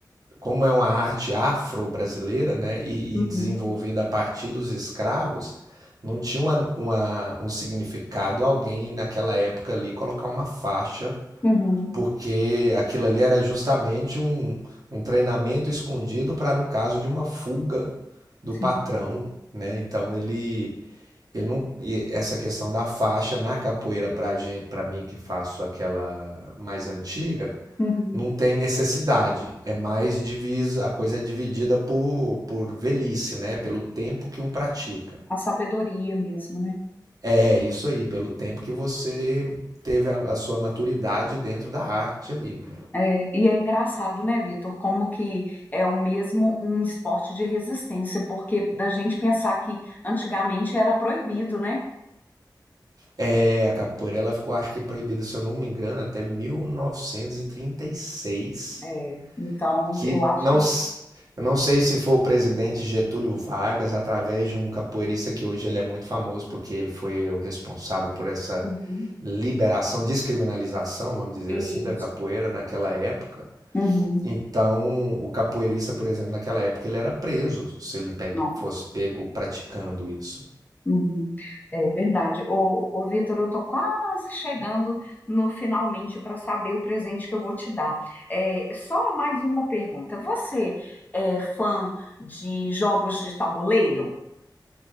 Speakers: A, on the right; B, on the left.
A: como é uma arte afro-brasileira né, e,
B: Uhum.
A: e desenvolvida a partir dos escravos, não tinha uma, uma, um significado alguém naquela época ali colocar uma faixa
B: Uhum.
A: porque aquilo ali era justamente um, um treinamento escondido para, no caso de uma fuga do
B: Sim.
A: patrão, né? Então ele, ele não, e essa questão da faixa na capoeira para gente, para mim que faço aquela mais antiga,
B: Uhum.
A: não tem necessidade. É mais divisa, a coisa é dividida por, por velhice, né? Pelo tempo que um pratica.
B: A sabedoria mesmo, né?
A: É isso aí, pelo tempo que você teve a, a sua maturidade dentro da arte ali. né?
B: É, e é engraçado, né, Vitor, como que é o mesmo um esporte de resistência, porque da gente pensar que antigamente era proibido, né?
A: É, a capoeira ela ficou, acho que proibida, se eu não me engano, até 1936,
B: É, então,
A: que
B: eu acho.
A: não, s- eu não sei se foi o presidente Getúlio Vargas, através de um capoeirista que hoje ele é muito famoso porque ele foi o responsável por essa
B: Uhum,
A: liberação, descriminalização, vamos dizer
B: isso.
A: assim, da capoeira naquela época.
B: Uhum,
A: Então, o capoeirista, por exemplo, naquela época ele era preso se ele pe-
B: não.
A: fosse pego praticando isso.
B: Uhum, é verdade. Ô, ô Vitor, eu tô quase chegando no finalmente para saber o presente que eu vou te dar. É, só mais uma pergunta. Você é fã de jogos de tabuleiro?